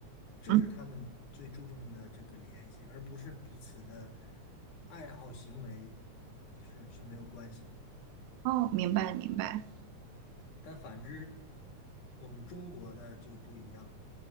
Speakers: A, on the left; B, on the right.
A: 这是他们最注重的这个联系，
B: 嗯，
A: 而不是彼此的爱好行为是是没有关系的。
B: 哦，明白明白。
A: 但反之，我们中国的就不一样。